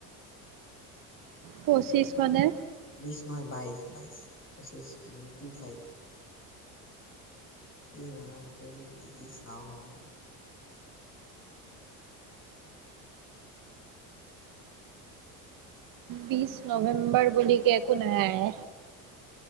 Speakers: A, on the right; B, on the left.
A: পঁচিশ মানে?
B: বিশ নহয় বাইশ-বাইশ, পঁচিশ টু ফাইভ। এই ৰাম তই যে কি চাওঁ।
A: বিশ নৱেম্বৰ বুলি কে একো নাই।